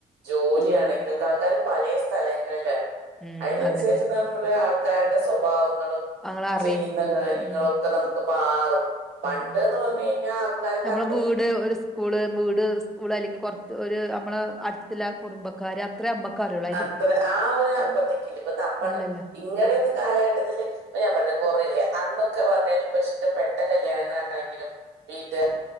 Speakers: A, on the right; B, in the centre.
A: ജോലിയാണെങ്കിലും ആൾക്കാര് പലേ സ്ഥലങ്ങളിലാണ്,
B: ഉം
A: അയിനനുസരിച്ച്
B: അതന്നെ
A: നമ്മുടെ ആൾക്കാരുടെ സ്വപ് സ്വഭാവങ്ങളും
B: അങ്ങളറിയും
A: ചെയ്യുന്ന കാര്യങ്ങളൊക്കെ
B: ഉം
A: നമുക്ക് മാറ്റും പണ്ട്ന്ന്
B: ഉം
A: പറഞ്ഞ് കഴിഞ്ഞാ ആൾക്കാരക്ക്
B: നമ്മളെ
A: അത്രീം
B: വീട് ഒരു സ്കൂള്, വീട് സ്കൂള് അല്ലെങ്കി കൊറത്ത് ഒരു നമ്മള് അടുത്ത്ല്ല കുടുംബക്കാര് അത് ഇത്ര അമ്മക്കറിയുള്ള
A: അത്ര ആ ഒരു അപ്പുറത്തേക്കില്ല ഇപ്പ നമ്മള്
B: ഇല്ലല്ലോ
A: ഇങ്ങടെന്നും കാലഘട്ടത്തില് ഇപ്പൊ ഞാൻ പറയട്ടെ കൊറെ അന്നൊക്കെ വന്നതില് ഇപ്പ ഇഷ്ടപ്പെട്ട കല്യാണങ്ങളാണെങ്കിലും വീട്ട്കാര്